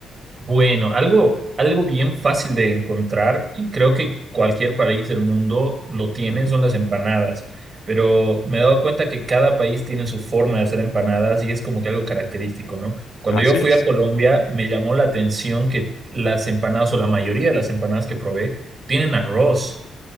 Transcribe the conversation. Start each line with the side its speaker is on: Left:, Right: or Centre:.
Right: Bueno, algo, algo bien fácil de encontrar y creo que cualquier país del mundo lo tiene,
Left: Ujú,
Right: son las empanadas. Pero me he dado cuenta que cada país tiene su forma de hacer empanadas y es como que algo característico, ¿no? Cuando
Left: Así
Right: yo fui
Left: es.
Right: a Colombia, me llamó la atención que las empanadas o la mayoría de las empanadas que probé tienen arroz